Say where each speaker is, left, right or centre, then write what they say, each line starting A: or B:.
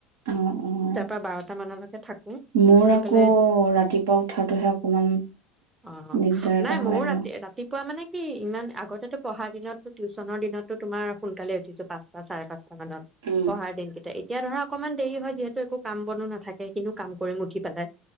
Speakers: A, on the right (about 70°); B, on the right (about 15°).
A: অ', অ',
B: তাৰ পৰা বাৰটা মানলৈকে থাকো
A: মোৰ
B: থাকি
A: আকৌ
B: পেলাই,
A: ৰাতিপুৱা উঠাটোহে অকমান
B: অ
A: দিগদাৰ এটা
B: নাই
A: হয়
B: ময়ো
A: আৰু।
B: ৰাতি ৰাতিপুৱা মানে এ, ইমান আগতেটো পঢ়া দিনত টিউশনৰ দিনতো তোমাৰ সোনকালে উঠিছো পাঁচটা, চাৰে পাঁচটা। <unintelligible>
A: উম,
B: পঢ়াৰ দিন কেত এতিয়া ধৰা অকনমান দেৰি হয়। যিহেতু একো কাম বনো নাথাকে। কিনো কাম কৰিম উঠি পেলাই।